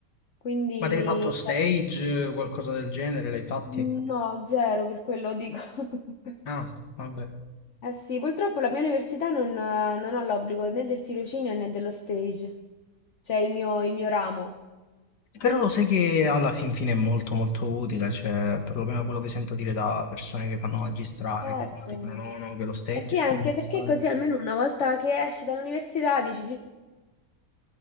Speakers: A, on the left; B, on the left.
A: quindi
B: ma avevi fatto stage, qualcosa del genere, l'hai fatti?
A: no, zero per quello dico. <laughs>
B: Ah, vabbè.
A: Eh sì, purtroppo la mia università non, non ha l'obbligo né del tirocinio né dello stage, cioè il mio, il mio ramo.
B: Però lo sai che alla fin fine è molto molto utile, cioè perlomeno quello che sento dire da persone che fanno magistrale,
A: Certo.
B: dicono no, no, che lo stage
A: Eh sì, anche
B: è fondamentale.
A: perché così almeno una volta che esci dall'università dici, "Gi-